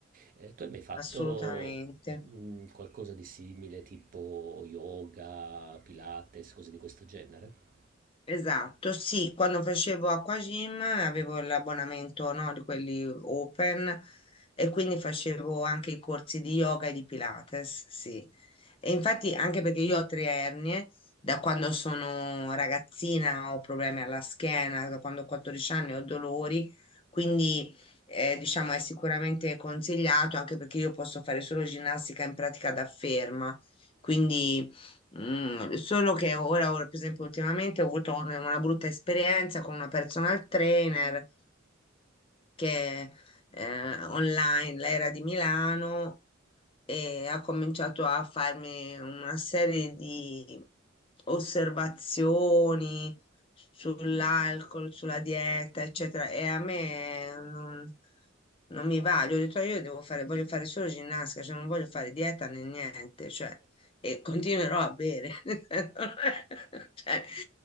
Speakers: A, on the right; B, on the left.
A: Eh, tu hai mai fatto
B: Assolutamente.
A: mm, qualcosa di simile, tipo yoga, pilates, cose di questo genere?
B: Esatto, sì, quando facevo acquagym avevo l'abbonamento, no, di quelli open e quindi facevo anche i corsi di yoga e di Pilates, sì. E infatti anche perché io ho tre ernie, da quando sono ragazzina ho problemi alla schiena, da quando ho 14 anni ho dolori, quindi eh, diciamo è sicuramente consigliato anche perché io posso fare solo ginnastica in pratica da ferma, quindi Mm, solo che ora, ora, per esempio, ultimamente ho avuto un- una brutta esperienza con una personal trainer che eh, online, lei era di Milano e ha cominciato a farmi una serie di osservazioni sull'alcol, sulla dieta, eccetera. E a me non, non mi va. Gli ho detto, "Ah, io devo fare, voglio fare solo ginnastica, cioè non voglio fare dieta né niente, cioè, e continuerò a bere. <laughs> Cioè,